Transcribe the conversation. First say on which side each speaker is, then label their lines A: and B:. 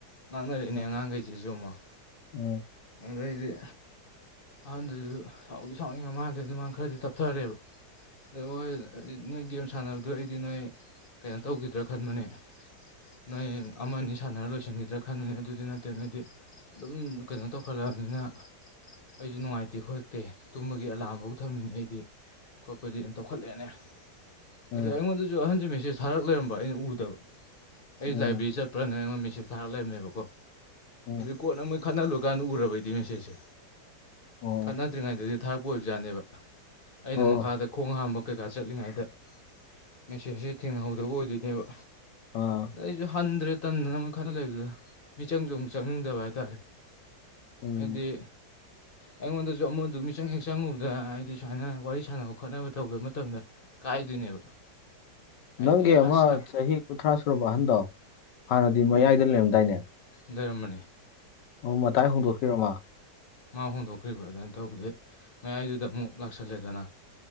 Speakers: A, on the left; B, on the left.
A: ꯉꯥꯡꯅꯔꯛꯑꯦꯅꯦ
B: ꯎꯝ
A: ꯑꯉꯥꯡꯒꯩꯖꯤꯁꯨ ꯑꯃꯨꯛ
B: <unintelligible>
A: ꯑꯗꯩꯗꯤ ꯑꯍꯟꯗꯨꯖꯨ ꯁꯥꯎꯗꯤ ꯁꯥꯎꯅꯤꯡꯉ ꯃꯥꯜꯂꯦ ꯑꯗꯨ ꯃꯥꯥ ꯈꯔꯗꯤ ꯇꯞꯊꯔꯦꯕ ꯑꯗꯣꯍꯣꯏ ꯅꯣꯏ ꯒꯦꯝ ꯁꯥꯅꯕꯗꯣ ꯑꯩꯗꯤ ꯅꯣꯏ ꯀꯩꯅꯣ ꯇꯧꯒꯤꯗ꯭ꯔꯥ ꯈꯟꯕꯅꯦ ꯅꯣꯏ ꯑꯃꯥꯅꯤ ꯁꯥꯟꯅꯔ ꯂꯣꯏꯁꯤꯟꯒꯤꯗ꯭ꯔꯥ ꯈꯟꯕꯅꯦ ꯑꯗꯨꯗꯤ ꯅꯠꯇꯦ ꯅꯣꯏꯗꯤ ꯑꯗꯨꯝ ꯀꯩꯅꯣ ꯇꯧꯈꯠꯂꯑꯝꯅꯤꯅ ꯑꯩꯖꯨ ꯅꯨꯡꯉꯥꯏꯇꯦ ꯈꯣꯠꯇꯦ ꯇꯨꯝꯕꯒꯤ ꯑꯦꯂꯥꯝꯕꯥꯎ ꯊꯝꯃꯤꯅꯦ ꯑꯩꯗꯤ꯫ ꯈꯣꯠꯄꯗꯤ ꯑꯦ ꯇꯧꯈꯠꯂꯛꯑꯦꯅꯦ ꯑꯗꯨ
B: ꯎꯝ
A: ꯑꯩꯉꯣꯟꯗ ꯖꯨ ꯑꯍꯟꯖꯦ ꯃꯦꯁꯦꯖ ꯊꯥꯔꯛ ꯂꯩꯔꯝꯕ ꯑꯩꯅ ꯎꯗꯕ ꯑꯩ
B: ꯎꯝ
A: ꯂꯥꯏꯕ꯭ꯔꯦꯔꯤ ꯆꯠ ꯄ꯭ꯔꯅ ꯑꯩꯉꯣꯟ ꯃꯦꯁꯦꯖ ꯊꯥꯔꯛ ꯂꯩꯔꯝꯃꯦꯕꯀꯣ
B: ꯎꯝ ꯎꯝ
A: ꯀꯣꯟꯅ ꯃꯣꯏ ꯈꯠꯅ ꯂꯣꯏꯀꯥꯟꯗ ꯎꯔꯕ ꯑꯩꯗꯤ ꯃꯦꯁꯦꯖꯁꯦ
B: ꯑꯣ
A: ꯈꯠꯅꯗ꯭ꯔꯤꯉꯩꯗꯗꯤ ꯊꯥꯔꯛꯄ ꯑꯣꯏꯕꯖꯥꯅꯦꯕ ꯑꯩꯅ
B: ꯑꯣ
A: ꯃꯈꯥꯗ ꯈꯣꯡ ꯍꯥꯝꯕ ꯀꯩꯀꯥ ꯆꯠꯂꯤꯉꯥꯏꯗ ꯃꯦꯁꯦꯖꯖꯦ ꯊꯦꯡꯅꯍꯧꯗꯕ ꯑꯣꯏꯗꯣꯏꯅꯦꯕ
B: ꯑꯥ
A: ꯑꯩꯖꯨ ꯍꯟꯗ꯭ꯔꯦ ꯇꯟꯗꯅꯕ ꯃꯣꯢ ꯈꯠꯅ ꯂꯩꯕꯗꯨꯗ ꯃꯤꯆꯪꯖꯨ ꯑꯃꯨꯛ ꯆꯪꯅꯤꯡꯗꯕ ꯍꯥꯏꯇꯥꯔꯦ꯫
B: ꯎꯝ
A: ꯍꯥꯏꯗꯤ ꯑꯩꯉꯣꯟꯗꯁꯨ ꯑꯃꯗꯨ ꯃꯤꯆꯪ ꯍꯦꯛ ꯆꯪꯉꯨꯕꯗ ꯍꯥꯏꯗꯤ ꯁꯨꯃꯥꯏꯅ ꯋꯥꯔꯤ ꯁꯥꯟꯅꯕ ꯈꯣꯠꯅꯕ ꯇꯧꯕ ꯃꯇꯝꯗ ꯀꯥꯏꯗꯣꯏꯅꯦꯕ ꯍꯥꯏꯗꯤ
B: ꯅꯪꯒꯤ ꯑꯃ
A: ꯑꯁ ꯅ
B: ꯆꯍꯤ ꯀꯨꯟꯊ꯭ꯔꯥ ꯁꯨꯔꯕ ꯑꯍꯟꯗꯣ ꯍꯥꯟꯅꯗꯤ ꯃꯌꯥꯏꯗ ꯂꯩꯔꯝꯗꯥꯏꯅꯦ꯫
A: ꯂꯩꯔꯝꯕꯅꯤ
B: ꯑꯣ ꯃꯇꯥꯏ ꯍꯣꯡꯗꯣꯛꯈꯤꯔꯣ ꯃꯥ?
A: ꯃꯥ ꯍꯣꯡꯗꯣꯛꯈ꯭ꯔꯤꯕ ꯑꯗꯨꯃꯥꯏ ꯇꯧꯕꯗꯩ ꯃꯌꯥꯏꯗꯨꯗ ꯑꯃꯨꯛ ꯂꯥꯛꯁꯜꯂꯦꯗꯅ